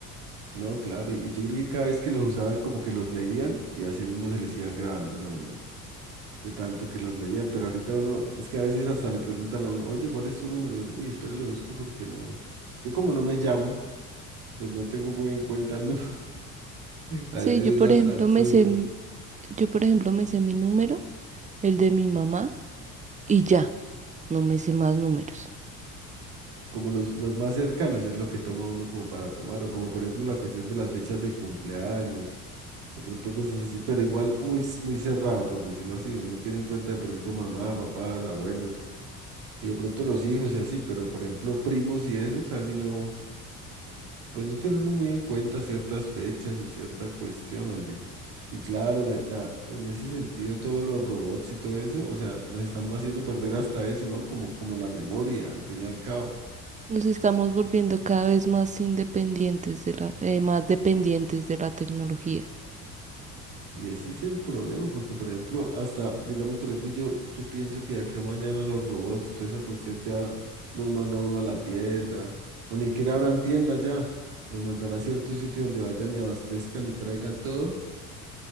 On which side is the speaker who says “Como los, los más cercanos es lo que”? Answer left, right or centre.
Right